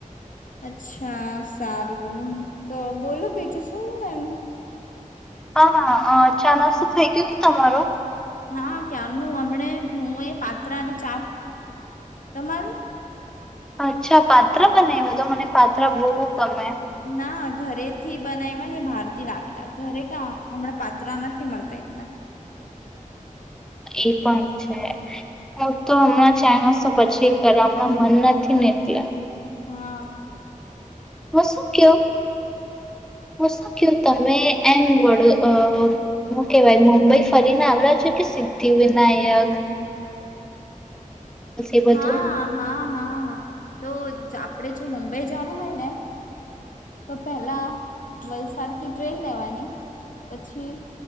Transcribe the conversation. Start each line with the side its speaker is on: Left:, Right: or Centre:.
Left: અચ્છા સારું તો બોલો બીજું શું એમ.
Centre: હા-હા ચા નાસું થઇ ગયું કે તમારું
Left: હા કારનું હમને હું એ પાત્ર અને ચા તમારું?
Centre: અચ્છા પાત્ર બને એ બધ મને પાત્ર બહુ ગમે
Left: ના ઘરે થી બનાવવા ને બહાર થી લાવેલા ઘરે કા હમણાં પાત્ર નથી મળતા <inaudible>
Centre: એ પણ છે. હું તો હમણાં ચાણસો પછી કર્યા હમણાં મન નથી નીકળ્યા.
Left: હમ.
Centre: હું શું ક હું શું ક તમે એમ વડ. અ મુું કેહેવાય મુંબઈ ફરીને આવડ છ કે સિદ્ધિ વિિનાયક. એ બધું
Left: હા હા હા તો. આપડે જો મુંબઈ જવાનું હોય ને. તો પેલા વલસાડ થી ટ્રેન લેવાની પછી.